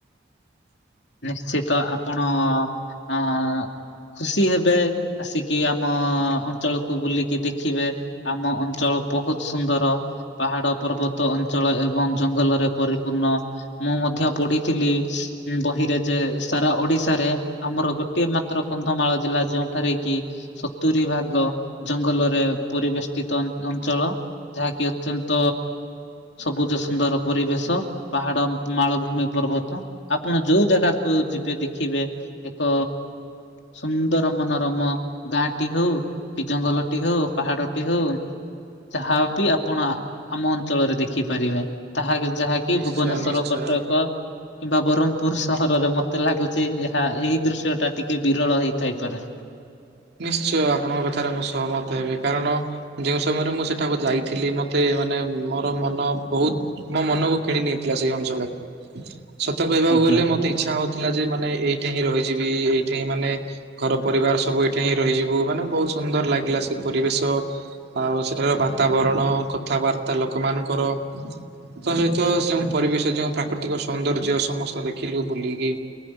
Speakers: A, on the left; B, on the right.
A: ନିଶ୍ଚିତ ଆପଣ ଅ ଖୁସି ହେବେ ଆସିକି ଆମ ଅଞ୍ଚଳକୁ ବୁଲିକି ଦେଖିବେ। ଆମ ଅଞ୍ଚଳ ବହୁତ ସୁନ୍ଦର। ପାହାଡ଼ ପର୍ବତ ଅଞ୍ଚଳ ଏବଂ ଜଙ୍ଗଲରେ ପରିପୂର୍ଣ୍ଣ। ମୁଁ ମଧ୍ୟ ପଢ଼ିଥିଲି ଉଁ ବହି। ରେ ଯେ ସାରା ଓଡ଼ିଶାରେ ଆମର ଗୋଟିଏ ମାତ୍ର କନ୍ଧମାଳ ଜିଲ୍ଲା ଯେଉଁଠାରେ କି ସତୁରୀ ଭାଗ ଜଙ୍ଗଲରେ ପରିବେଷ୍ଟିତ ଅଞ୍ଚଳ। ଯାହାକି ଅତ୍ୟନ୍ତ ସବୁଜ ସୁନ୍ଦର ପରିବେଶ ପାହାଡ଼ ମାଳଭୂମି ପର୍ବତ ଆପଣ ଯୋଉ ଜାଗାକୁ ଯିବେ ଦେଖିବେ ଏକ ସୁନ୍ଦର ମନୋରମ ଗାଁଟି ହଉ କି ଜଙ୍ଗଲଟି ହଉ ପାହାଡ଼ଟି ହଉ ଯାହା ବି ଆପଣ ଆମ ଅଞ୍ଚଳରେ ଦେଖିପାରିବେ। ତାହାକି ଯାହାକି
B: ନିଶ୍ଚୟ
A: ଭୁବନେଶ୍ଵର
B: ନିଶ୍ଚୟ।
A: କଟକ କିମ୍ବା ବରହମ୍ ପୁର ସହରରେ ମତେ ଲାଗୁଚି ଏହା ଏହି ଦୃଶ୍ୟଟା ଟିକେ ବିରଳ ହେଇଥାଇପାରେ।
B: ନିଶ୍ଚୟ ଆପଣଙ୍କ କଥାରେ ମୁଁ ସହମତ ହେବି କାରଣ ଯେଉଁ ସମୟରେ ମୁଁ ସେଠାକୁ ଯାଇଥିଲି ମତେ ମାନେ ମୋର ମନ ବହୁତ ମୋ ମନକୁ କିଣ ନେଇ ଥିଲା ସେଇ ଅଞ୍ଚଳରେ ସତ କହିବାକୁ
A: ଆଜ୍ଞା
B: ଗଲେ ମତେ ଇଚ୍ଛା ହଉ ଥିଲା ଯେ ମାନେ ଏଇଠେ ହିଁ ରହିଯିବି ଏଇଠେ ହିଁ ମାନେ ଘର ପରିବାର ସବୁ ଏ ଠେ ହିଁ ରହିଯିବୁ ମାନେ ବହୁତ ସୁନ୍ଦର ଲାଗିଲା ସେ ପରିବେଶ। ଆଉ ସେଠାର ବାତାବରଣ କଥାବାର୍ତ୍ତା ଲୋକମାନଙ୍କର। ତ ସହିତ ଯେଉଁ ପରିବେଶ ଯେଉଁ ପ୍ରାକୃତିକ ସୌନ୍ଦର୍ଯ୍ୟ ସମସ୍ତ ଦେ ଖିଲୁ ବୁଲିକି